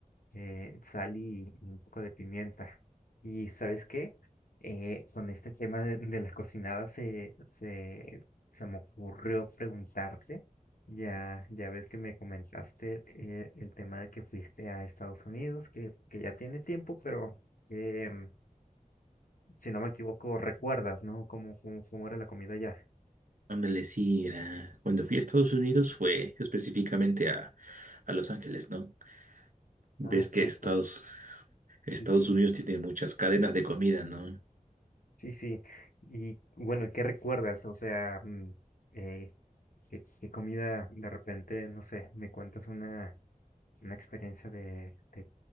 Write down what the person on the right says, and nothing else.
Ándale, sí, era- cuando fui a Estados Unidos fue específicamente a, a Los Ángeles, ¿no? Ves
que Estados, Estados
Unidos tiene muchas cadenas de comida, ¿no?